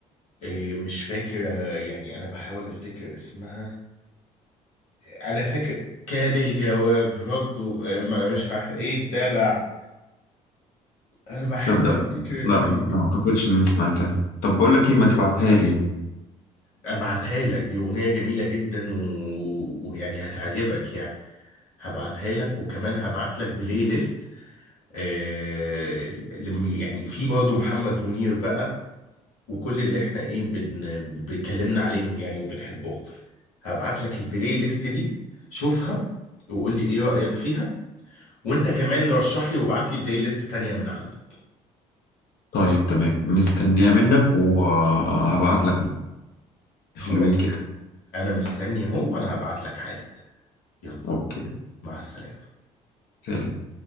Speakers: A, on the left; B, on the left.
A: إيه مش فاكر آه، يعني انا بحاول افتكر اسمها انا فاكر كان الجواب رده آه، ما- مش عارف ايه الدلع انا بحاول
B: تصدق
A: افتكر
B: لا
A: انا
B: ما اعتقدش اني سمعتها طب بقول لك ايه ما تبعتها لي
A: ابعتها لك دي اغنية جميلة جدا و... ويعني هتعجبك يعني هبعتها لك وكمان هبعت لك بلاي ليست آه... لم... يعني في برضه محمد منير بقى وكل اللي احنا ايه بن... بنتكلمنا عليهم يعني وبنحبهم هبعت لك البلاي ليست دي شوفها وقول لي ايه رأيك فيها وانت كمان رشح لي وابعت لي بلاي ليست تانية من عندك
B: طيب تمام مستنيها منك وهبعت لك
A: خلاص
B: حلوين كده
A: يعني انا مستني اهو وانا هبعت لك حالا يلا
B: اوكي
A: مع السلامة
B: سلام